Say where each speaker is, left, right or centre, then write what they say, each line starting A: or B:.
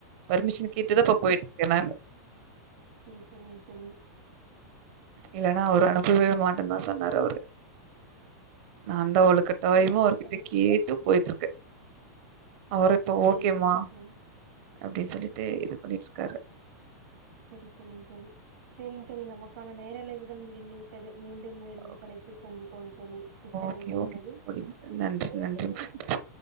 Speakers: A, on the right; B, on the right.
A: பெர்மிஷன் கேட்டுதான் இப்ப போயிட்டு இருக்கே நானு
B: செரி செரிங்க தோழி
A: இல்லனா அவரு அனுப்பவே மாட்டேன்தா சொன்னாரு அவரு நா தா வலு கட்டாயமா
B: செரிங்க
A: அவர்கிட்ட
B: தோழி
A: கேட்டு போயிட்டு இருக்க அவரு இப்ப
B: செரி
A: ஓகேமா
B: செரிங்க தோழி
A: அப்டின் சொல்லிட்டு இது பண்ணிட்டு இருக்காரு
B: செரி செரிங்க் தோழி செரிங்க் தோழி நமக்கான நேரளைவுகள் முடிந்து சரி மீண்டும் வேறொரு
A: ஓகே
B: தலைப்பில் சந்திப்போம் தோழி மிக்க நன்றிங்
A: ஓகே ஓகே
B: தோழி
A: நன்றி நன்றி நன்றி